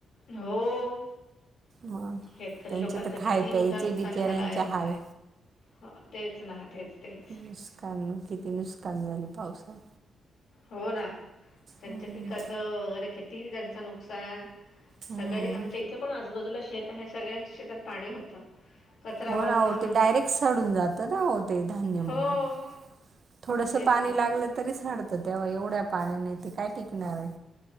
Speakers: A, on the left; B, on the right.
A: हो
B: मग
A: शेतकरी
B: त्यांचे
A: लोकांच
B: तर खाय
A: किती मोठं
B: प्यायचे
A: नुकसान
B: बिचाऱ्यांचे
A: झालं आहे.
B: हाल
A: हो तेच ना तेच तेच
B: नुसकान किती नुकसान झाले पावसात.
A: हो ना. त्यांच्या
B: हम्म
A: पिकाचं वगैरे किती त्यांचं नुकसान
B: हम्म.
A: सगळ्या आमच्या इथे पण आजूबाजूला शेत आहे सगळ्यांच्या शेतात पाणी होतं. कचरा
B: हो
A: वाहून
B: आओ
A: वाहून
B: ते डायरेक्ट सडून जात राह ते धान्य
A: हो
B: मग. थोडस
A: तेच
B: पाणी
A: ना
B: लागलं तरी सडत. तर तेव्हा एवढ्या पाण्याने ते काय टिकणार आहे.